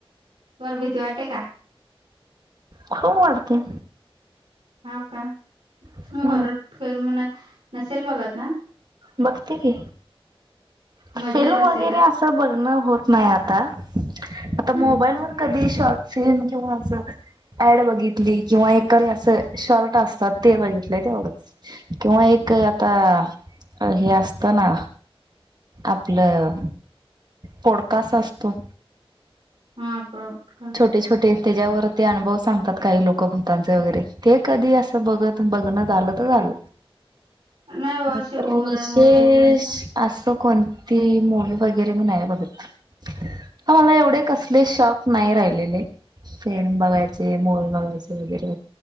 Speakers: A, on the right; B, on the right.
A: <unintelligible> भीती वाटते का?
B: खूप वाटते.
A: <unintelligible> काय? तुम्ही
B: हम्म.
A: हॉरर फिल्म न नसेल बघात ना?
B: बघते की. फिल्म
A: मजा येत असेलच.
B: वगैरे असं बघणं होत नाही आता. आता
A: हम्म.
B: मोबाईल वर कधी शॉर्ट फिल्म ॲड बघितली किंवा एखाद असं शॉर्ट असतात ते बघितले, तेवढच. किंवा एक आता हे असतं ना, आपलं पोडकास्ट असतो.
A: हम्म. <unintelligible>
B: छोटे छोटे त्याच्यावर ते अनुभव सांगतात काही लोक भूतांचे वगैरे, ते कधी असं बघ बघण्यात आलं तर झालं.
A: नाही हो
B: तर
A: असे होरर
B: विशेष
A: मूवी <unintelligible> असतात.
B: असं कोणती मूवी वगैरे, मी नाही बघत. मला एवढे कसले शॉक नाही राहिलेले. फिल्म बघायचे, मुव्ही बघायचे वगैरे.